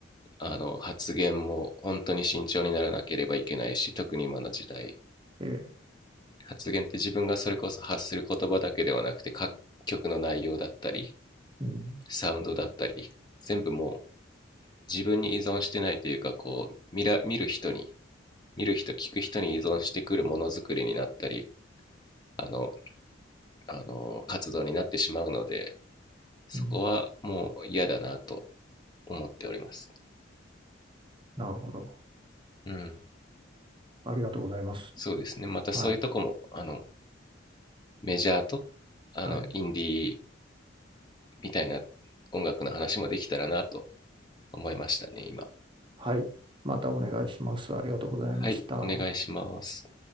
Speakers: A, on the left; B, on the right.
A: あの、発言も本当に慎重にならなければいけないし、特に今の時代、
B: ええ。
A: 発言って自分がそれこそ発する言葉だけではなくて、各曲の内容だったり、
B: うん。
A: サウンドだったり、全部もう自分に依存してないというか、こう、見ら見る人に見る人聞く人に依存してくるものづくりになったりあのあの活動になってしまうのでそこはもう嫌だなと
B: うん。
A: 思っております
B: なるほど。
A: うん
B: ありがとうございます。
A: そうですねまたそういうとこもあの
B: はい。
A: メジャーとあのインディー
B: はい。
A: みたいな音楽の話もできたらなと思いましたね今
B: はい。またお願いします。ありがとうございました。
A: はいお願いします